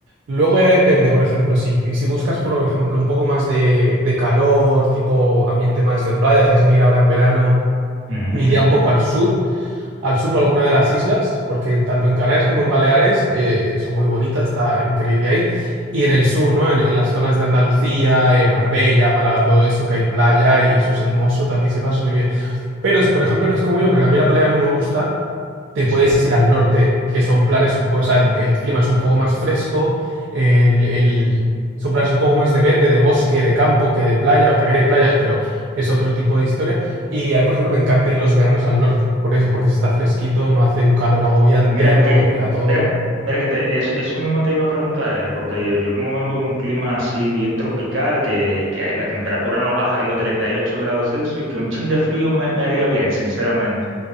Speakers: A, on the right; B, on the right.
A: Luego ya depende, por ejemplo, si, si buscas, por ejemplo, un poco más de, de calor, tipo ambiente más de playa, si vas a ir ahora en verano,
B: ujú,
A: me iría
B: ujú.
A: un poco al sur al sur o alguna de las islas, porque tanto en Canarias como en Baleares eh, son muy bonitas, está increíble ahí. Y en el sur, ¿no? En, en las zonas de Andalucía, eh, Marbella, Málaga, todo eso, que hay playa y eso es hermoso, también se pasa súper bien. Pero si, por ejemplo, eres como yo, porque a mí la playa no me gusta, te puedes
B: Sí,
A: ir al norte, que son planes un poco, o sea, el, el clima es un poco más fresco, el, el- son planes un poco más de verde, de bosque, de campo, que de playa, también hay playas, pero es otro tipo de historia. Y ahí, por ejemplo, me encanta ir los veranos al norte, por eso, porque si está fresquito, no hace un calor agobiante,
B: mira
A: no,
B: que,
A: o sea, todo...
B: mira, mira que te, es, eso mismo te iba a preguntar, eh, porque yo como vengo de un clima así bien tropical, que, que la temperatura no baja de los 38 grados Celsius, que un chin de frío me, me haría bien, sinceramente.